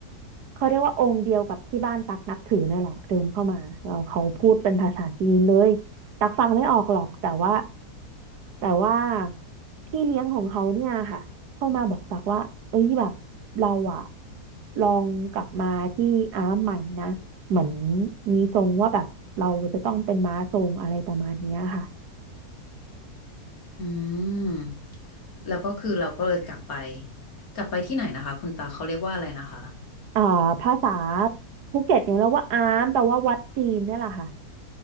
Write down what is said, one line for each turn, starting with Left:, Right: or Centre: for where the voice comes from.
Right: เขาเรียกว่าองค์เดียวกับที่บ้านตักนับถือนั่นแหละเดินเข้ามาเราเขาพูดเป็นภาษาจีนเลยตักฟังไม่ออกหรอกแต่ว่าแต่ว่าพี่เลี้ยงของเขาเนี่ยค่ะเข้ามาบอกตักว่าเอ้ยแบบเราอะลองกลับมาที่อาร์มใหม่นะ เหมือนมีทรงว่าแบบเราจะต้องเป็นม้าทรงอะไรประมาณเนี้ยค่ะ
Left: อืม แล้วก็คือเราก็เลยกลับไปกลับไปที่ไหนนะคะคุณตาเขาเรียกว่าอะไรนะคะ
Right: อ่าภาษาภูเก็ตเนี่ยเราว่าอามแปลว่าวัดจีนเนี่ยแหละค่ะ